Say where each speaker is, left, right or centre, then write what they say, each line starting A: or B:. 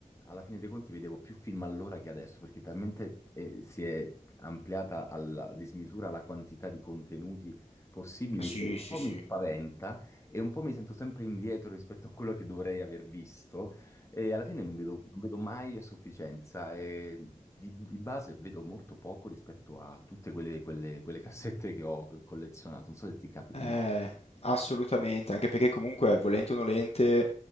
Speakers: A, on the left; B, on the left.
A: alla fine dei conti vedevo più film allora che adesso, perché talmente eh, si è ampliata alla dismisura la quantità di contenuti possibili
B: Sì,
A: che un
B: sì,
A: po'
B: sì.
A: mi spaventa e un po' mi sento sempre indietro rispetto a quello che dovrei aver visto e alla fine non vedo, non vedo mai a sufficienza e di, di base vedo molto poco rispetto a tutte quelle, quelle- quelle cassette che ho collezionato. Non so se ti capita
B: Eh,
A: anche
B: assolutamente, anche perché comunque, volente o nolente,